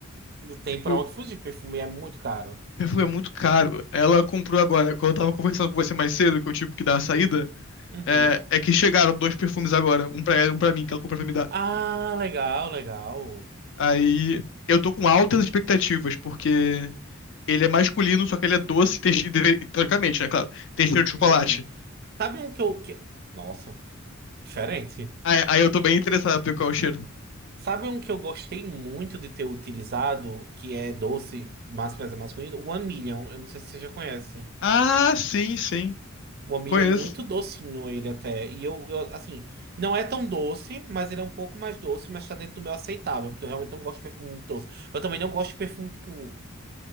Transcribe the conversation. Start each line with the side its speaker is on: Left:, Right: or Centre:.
Right: Não tem
Left: Tipo,
Right: pra onde fugir. Perfume é muito caro.
Left: perfume é muito caro. Ela comprou agora, quando eu tava conversando com você mais cedo, que eu tive que dar a saída,
Right: Uhum.
Left: é, é que chegaram dois perfumes agora, um pra ela e um pra mim, que ela comprou pra me dar.
Right: Ah, legal, legal.
Left: Aí eu tô com altas expectativas, porque ele é masculino, só que ele é doce, e tem, che- deve- teoricamente, né, claro, tem
Right: Hum.
Left: cheiro de chocolate.
Right: Sabe um que eu. Que... Nossa, diferente.
Left: Aí, aí eu tô bem interessado pra ver qual é o cheiro.
Right: Sabe um que eu gostei muito de ter utilizado, que é doce, mas mas é masculino? One Million. Eu não sei se você já conhece.
Left: Ah, sim, sim,
Right: O milho
Left: conheço.
Right: é muito docinho ele até. E eu, eu, assim, não é tão doce, mas ele é um pouco mais doce, mas tá dentro do meu aceitável, porque eu realmente não gosto de perfume muito doce. Eu também não gosto de perfume, tipo,